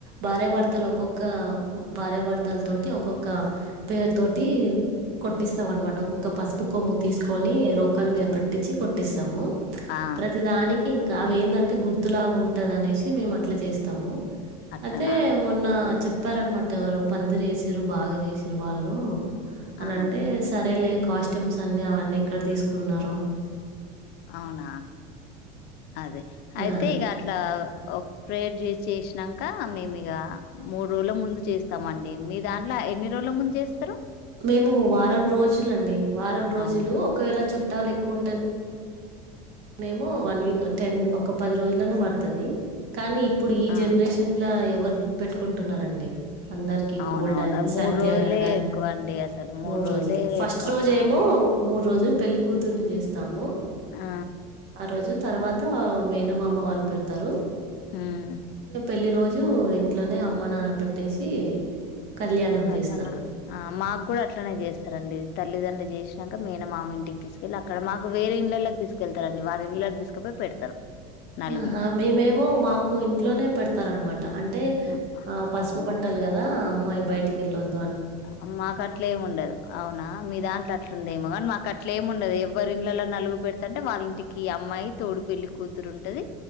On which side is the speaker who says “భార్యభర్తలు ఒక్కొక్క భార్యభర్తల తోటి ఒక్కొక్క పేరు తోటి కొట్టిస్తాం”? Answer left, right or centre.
Right